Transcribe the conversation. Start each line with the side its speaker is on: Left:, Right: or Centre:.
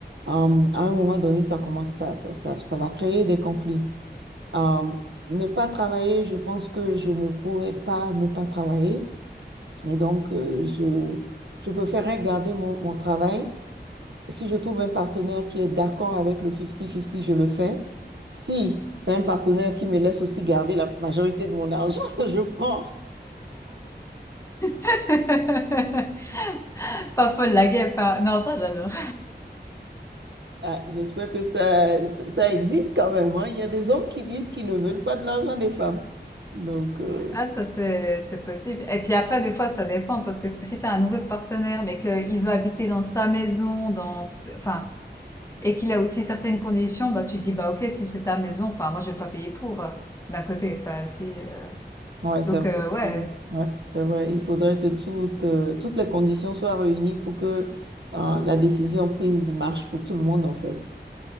Right: euh, à un moment donné, ça commence, ça, ça, ça, ça va créer des conflits. Euh, ne pas travailler, je pense que je ne pourrais pas ne pas travailler. Et donc, euh, je, je préférerais garder mon, mon travail si je trouve un partenaire qui est d'accord avec le 50-50, je le fais. Si c'est un partenaire qui me laisse aussi garder la majorité de mon argent, <laughs> je prends.
Left: <laughs> Pas folle la guêpe, hein. Non, ça j'adore.
Right: Ah, j'espère que ça, ça existe quand même, hein. Il y a des hommes qui disent qu'ils ne veulent pas de l'argent des femmes. Donc, euh,
Left: Ah, ça, c'est, c'est possible. Et puis après, des fois, ça dépend, parce que si t'as un nouveau partenaire, mais qu'il veut habiter dans sa maison, dans, s- enfin, et qu'il a aussi certaines conditions, bah, tu dis, bah, ok, si c'est ta maison, enfin, moi, je vais pas payer pour, euh, d'un côté, enfin, si, euh,
Right: ouais, c'est
Left: donc,
Right: vrai.
Left: euh, ouais.
Right: que- ouais, c'est vrai. Il faudrait que toutes, euh, toutes les conditions soient réunies pour que, euh, la décision prise marche pour tout le monde, en fait.